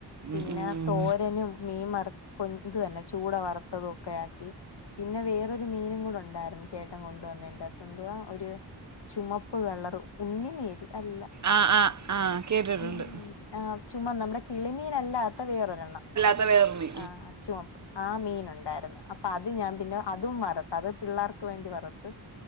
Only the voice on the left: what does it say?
പിന്നെ
തോരനും മീൻ വറ്ത് കൊ ഇത് തന്നെ ചൂട വറുത്തതൊക്കെയാക്കി. പിന്നെ വേറൊരു മീനും കൂടെ ഉണ്ടായിരുന്നു ചേട്ടൻ കൊണ്ടു വന്നേ ന്റകത്ത് എന്തുവാ ഒര് ചുമപ്പ് കളറ് ഉണ്ണിമേരി അല്ല
ഉണ്ണിമേരി ആഹ് ചുമന്ന നമ്മുടെ കിളിമീനല്ലാത്ത വേറൊരെണ്ണം
ആഹ്. ചുമപ് ആ മീന് ഉണ്ടായിരുന്ന് അപ്പൊ അത് ഞാൻ പിന്നെ അതും വർത്ത് അത് പിള്ളേർ ക്ക് വേണ്ടി വറത്ത്